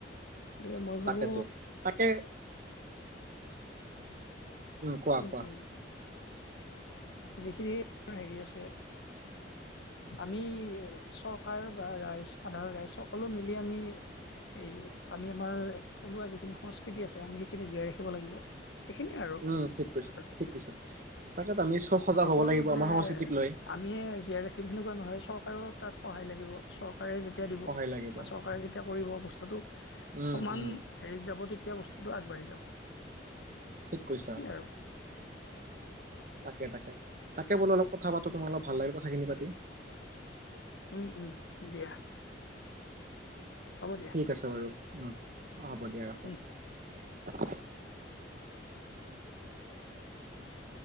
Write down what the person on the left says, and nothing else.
গতিকে মই ভাবো
উম
ওম যিখিনি হেৰি আছে আমি চৰকাৰ বা ৰাইজ সাধাৰণ ৰাইজ সকলো মিলি আমি এই আমি আমাৰ থলুৱা যিখিনি সংস্কৃতি আছে, আমি সেইখিনি জীয়াই ৰাখিব লাগিব সেইখিনিয়ে আৰু
ধৰ
অকল
যে
আমিয়ে জীয়াই ৰাখিম সেনেকুৱা নহয়, চৰকাৰেও তাত সহায় লাগিব। চৰকাৰে যেতিয়া দিব
বা চৰকাৰে যেতিয়া কৰিব বস্তুটো
সমান
হেৰিত যাব তেতিয়া বস্তুটো আগবাঢ়ি যাব
এই আৰু
উম উম, দিয়া। হ'ব দিয়া
উম। <inaudible>